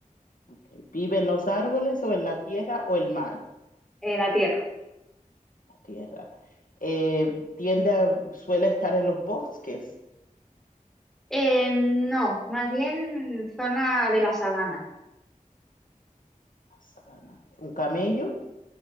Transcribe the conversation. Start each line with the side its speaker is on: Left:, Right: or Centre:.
Left: Ok. ¿Vive en los árboles o en la tierra o el mar?
Centre: Eh, la tierra.
Left: La tierra. Eh, tiende a- suele estar en los bosques.
Centre: Eh, no, más bien zona de la sabana.
Left: Sabana. ¿Un camello?